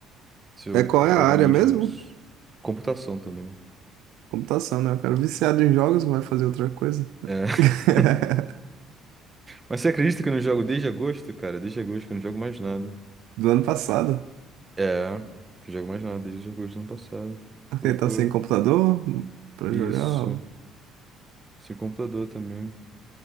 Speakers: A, on the right; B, on the right.
A: se eu
B: É qual
A: quero
B: é a área
A: realmente
B: mesmo?
A: isso. Computação também.
B: Computação, né? O cara viciado em jogos vai fazer outra coisa.
A: É. <laughs>
B: <laughs>
A: Mas você acredita que eu não jogo desde agosto, cara? Desde agosto que eu não jogo mais nada.
B: Do ano passado.
A: É, que eu jogo mais nada desde agosto do ano passado. Que
B: Ele
A: loucura.
B: tá sem computador pra
A: Isso.
B: jogar.
A: Sem computador também.